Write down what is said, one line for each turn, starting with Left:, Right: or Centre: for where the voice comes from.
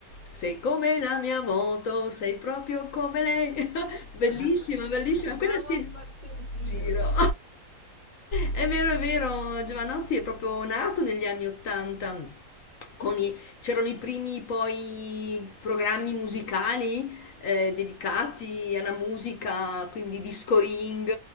Left: Sei come la mia moto, sei proprio come lei. <laughs> Bellissima,
Right: <laughs> Ah,
Left: bellissima.
Right: andiamo
Left: Quella sì.
Right: a farci un giro.
Left: Giro. <laughs> È vero, è vero, Giovanotti è proprio nato negli anni 80. Con i- c'erano i primi poi programmi musicali eh, dedicati alla musica, quindi disco ring,